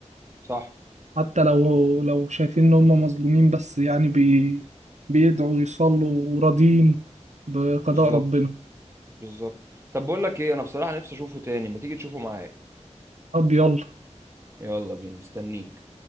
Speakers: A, on the right; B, on the right.
A: صح
B: حتى لو لو شايفين ان هم مظلومين بس يعني بي بيدعوا يصلوا وراضيين بقضاء
A: بالظبط
B: ربنا
A: بالظبط طب بقول لك ايه انا بصراحة نفسي اشوفه تاني ما تيجي تشوفه معايا
B: طب يلا
A: يلا بينا مستنيك